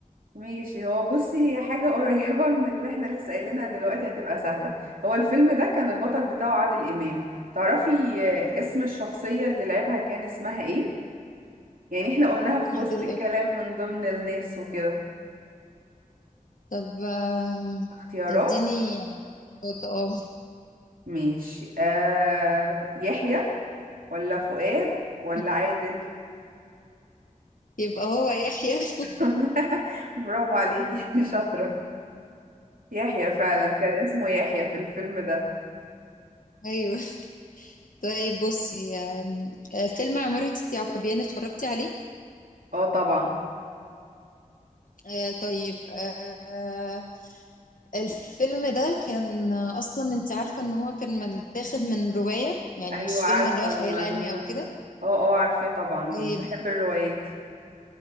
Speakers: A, on the right; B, on the left.
A: ماشي هو بصي هي حاجة <laughs> قريبة من اللي احنا لسه قايلينها دلوقتي هتبقى سهلة هو الفيلم ده كان البطل بتاعه عادل إمام تعرفي آه، اسم الشخصية اللي لعبها كان اسمها ايه يعني احنا قلناها في
B: عادل
A: وسط الكلام
B: إيه
A: من ضمن الناس وكده
B: طب آم،
A: اختيارات
B: اديني نقطة اه
A: ماشي آه... يحيى ولا فؤاد ولا
B: <laughs>
A: عادل
B: يبقى هو يحيى <laughs>
A: <laughs> برافو عليكي شاطرة يحيى فعلا كان اسمه يحيى في الفيلم ده
B: أيوه طيب بصي آم، آه، فيلم عمارة يعقوبيان اتفرجتي عليه
A: اه طبعا
B: آه، طيب آه، الفيلم ده كان أصلا أنت عارفة إن هو كان متاخد من رواية يعني
A: ايوه
B: مش
A: عارفة
B: فيلم اللي هو خيال
A: المعلومة
B: علمي أو
A: دي
B: كده
A: اه اه عارفاه طبعا يعني
B: طيب
A: بحب الروايات